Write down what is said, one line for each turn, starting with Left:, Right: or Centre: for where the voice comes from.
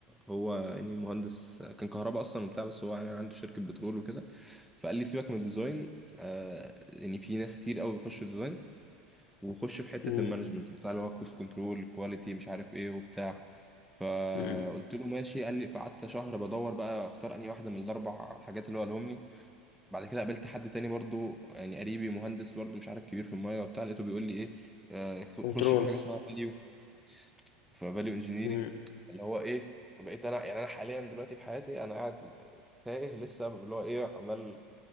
Centre: هو يعني مهندس كان كهرباء اصلا وبتاع بس هو يعني عنده شركه بترول وكده فقال لي سيبك من الديزاين آه يعني في ناس كتير قوي بيخشوا ديزاين وخش في حته
Left: مم.
Centre: المانجمنت بتاع اللي هو كوست كنترول كواليتي مش عارف ايه وبتاع فقلت
Left: مم.
Centre: له ماشي قال لي فقعدت شهر بدور بقى اختار انهي واحده من الاربع حاجات اللي هو قالهم لي بعد كده قابلت حد تاني برضو يعني قريبي مهندس برضو مش عارف كبير في المايه وبتاع لقيته بيقول لي ايه آه، خ-
Left: كنترول
Centre: خش في حاجه اسمها فاليو في فاليو انجينيرنج
Left: مم.
Centre: اللي هو ايه بقيت انا يعني انا حاليا دلوقتي في حياتي انا قاعد تايه لسه اللي هو ايه عمال